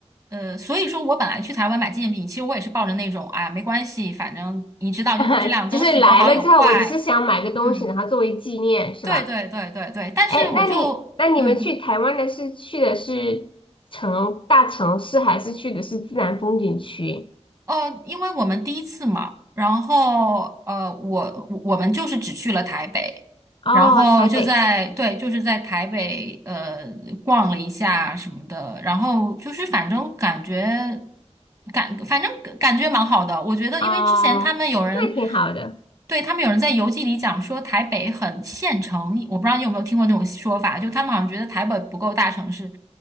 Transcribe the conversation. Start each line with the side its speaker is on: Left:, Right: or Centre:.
Right: 呃，所以说我本来去台湾买纪念品，其实我也是抱着那种啊没关系，反正你知道就质量都是有好有坏，
Left: <laughs> 就是来了之后，我只是想买个东西，
Right: 嗯，
Left: 然后作为纪念，是吧？
Right: 对对对对对，但是我就嗯。
Left: 哎，那你那你们去台湾的是去的是城大城市，还是去的是自然风景区？
Right: 呃，因为我们第一次嘛，然后呃，我我我们就是只去了台北，
Left: 哦，
Right: 然后就在对，
Left: 台北
Right: 就是在台北呃逛了一下什么的，然后就是反正感觉感反正感感觉蛮好的，我觉得因为之前他们有人
Left: 哦，那挺好的
Right: 对他们有人在游记里讲说台北很县城，我不知道你有没有听过那种说法，就他们好像觉得台北不够大城市。